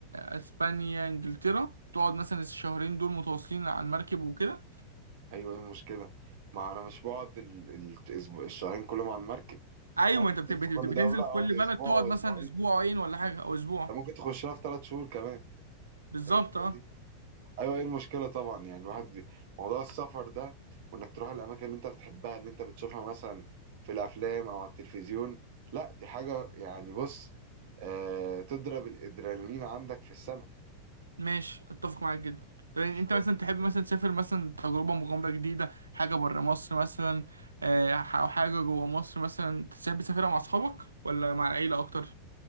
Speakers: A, on the right; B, on the right.
A: آه، اسبانيا انجلترا تقعد مثلا الشهرين دول متواصلين على المركب وكده
B: أيوه إيه المشكلة؟ ما أنا مش بقعد ال... ال... الأسبوع- الشهرين كلهم على المركب
A: ايوه
B: أنا
A: ما انت بت-
B: بنزل
A: بت-
B: في كل
A: بتنزل
B: دولة أقعد
A: في كل بلد
B: أسبوع
A: تقعد
B: أو
A: مثلا
B: أسبوعين
A: اسبوعين ولا حاجه او اسبوع
B: أنت ممكن تخش لها في تلات شهور كمان
A: بالظبط
B: الرحلة
A: اه
B: دي ايوه ايه المشكله طبعا يعني الواحد بي... موضوع السفر ده وانك تروح الاماكن اللي انت بتحبها اللي انت بتشوفها مثلا في الافلام او على التلفزيون لا دي حاجه يعني بص آه تضرب الادرينالين عندك في السماء
A: ماشي اتفق معاك جدا طب يعني
B: فاهم؟
A: انت مثلا تحب مثلا تسافر مثلا تجربة مغامرة جديدة حاجة برا مصر مثلا آه، او حاجة جوا مصر مثلا تحب تسافرها مع اصحابك ولا مع العيلة اكتر